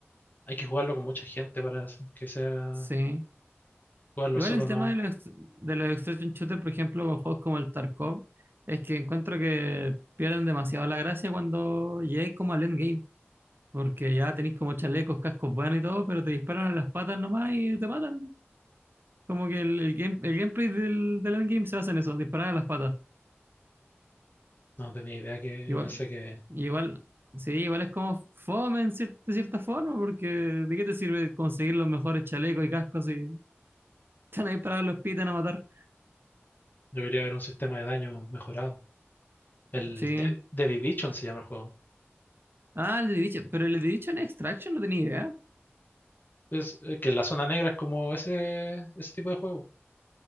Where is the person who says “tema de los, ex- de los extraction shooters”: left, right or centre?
Right